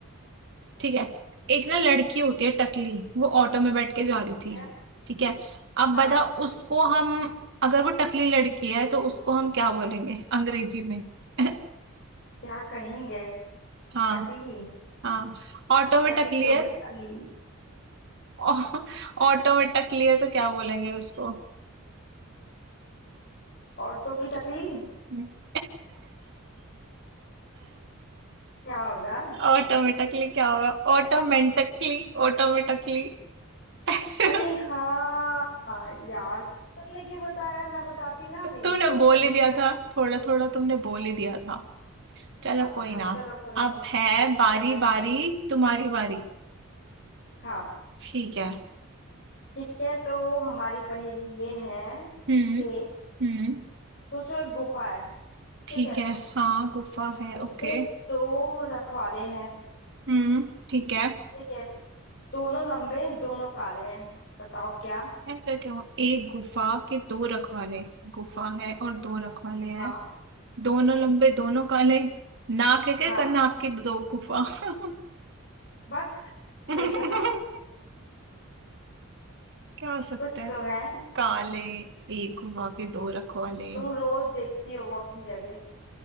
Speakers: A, on the right (about 60°); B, on the left (about 50°).
A: ठीक है एक ना लड़की होती है टकली वो ऑटो में बैठ के जा रही
B: ठीक
A: थी
B: है
A: ठीक है अब
B: हाँ
A: बता उसको हम अगर वो टकली लड़की है तो उसको हम क्या बोलेंगे अंग्रेजी में <laughs>
B: क्या कहेंगे
A: हाँ
B: टकली
A: हाँ ऑटो में
B: टकली
A: टकली
B: हो
A: है
B: गया अली
A: <laughs> ऑ- ऑटो में टकली है तो क्या बोलेंगे उसको
B: औरतों की टकली
A: <laughs>
B: क्या होगा
A: ऑटो में टकली क्या होगा ऑटोमेटिकली ऑटोमेटिकली <laughs>
B: अरे हाँ यार तुमने क्यों बताया मैं बताती ना अभी
A: तुमने
B: सोच
A: बोल
B: रही
A: ही
B: थी
A: दिया
B: मैं
A: था थोड़ा थोड़ा तुमने बोल ही दिया था चलो
B: अच्छा
A: कोई ना
B: चलो कोई नहीं
A: अब है
B: मैं
A: बारी
B: पूछती
A: बारी
B: हूँ
A: तुम्हारी बारी
B: हाँ
A: ठीक है
B: ठीक है तो हमारी पहेली ये है
A: हम्म
B: कि
A: हम्म
B: सोचो एक गुफा है ठीक
A: ठीक
B: है
A: है हाँ गुफा है
B: उसमें
A: ओके
B: दो रखवाले हैं
A: हम्म ठीक है
B: ठीक है दोनों लंबे दोनों काले हैं बताओ क्या
A: ऐसा क्यों एक गुफा के दो रखवाले गुफा है और दो रखवाले हैं
B: हाँ
A: दोनों लंबे दोनों काले नाक है क्या
B: हाँ
A: कर नाक की दो गुफा <laughs>
B: बस
A: क्या
B: सही से बता
A: हो सकता
B: कुछ
A: है
B: तो है
A: काले एक गुफा के दो रखवाले
B: तुम रोज देखती हो वो अपनी जगह